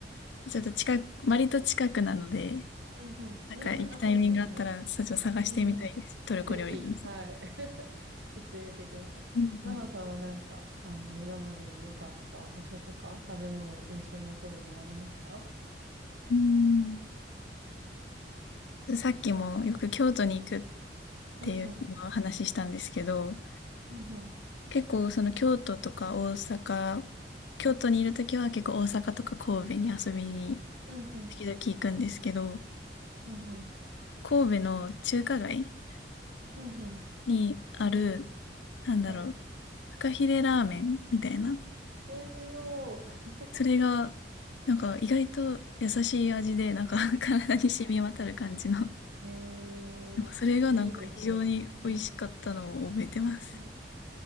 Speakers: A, on the left (about 85°); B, on the right (about 75°).
A: ちょっと近く、割と近くなので、
B: うんうん。
A: なんか行くタイミングがあったら、
B: うん、あ、そうなんですね。
A: そっちを探してみたいです。
B: うんうん。
A: トルコ料理なんです
B: ぜひ、はい。行ってみてください。
A: うん。
B: ナナさんはなんか、あの、今までに良かった場所とか、食べ物、印象に残るものありました
A: うんさっきもよく京都に行くっ
B: うんうん。
A: ていうのをお話ししたんですけど、
B: うんうん。
A: 結構その京都とか大阪、京都にいるときは結構大阪とか神戸に遊びに
B: うんうん。
A: 時々行くんですけど、
B: うんうん。
A: 神戸の中華街
B: うんうん。
A: にある
B: え、
A: なんだろう、
B: はい。
A: フカヒレラーメンみたいな。
B: 美味しそう。
A: それが、なんか意外と優しい味で、なんか <laughs> 体に染み渡る感じの。
B: <laughs> えー、
A: でもそれがなんか非常に美味しかったのを覚えてます。
B: いいですね。うんうん。うんフ